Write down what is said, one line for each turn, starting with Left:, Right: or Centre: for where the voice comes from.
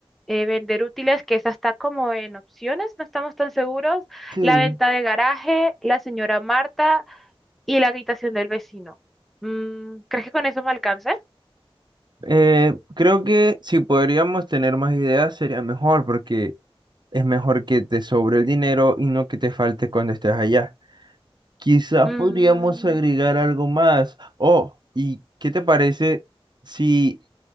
Centre: eh, vender útiles, que esa está como en opciones, no estamos tan seguros,
Right: Sí.
Centre: la venta de garaje, la señora Marta y la habitación del vecino. Mm, ¿crees que con eso me alcance?
Right: Eh, creo que si podríamos tener más ideas sería mejor porque es mejor que te sobre el dinero y no que te falte cuando estés allá. Quizás
Centre: Mm,
Right: podríamos agregar algo más. Oh, ¿y qué te parece si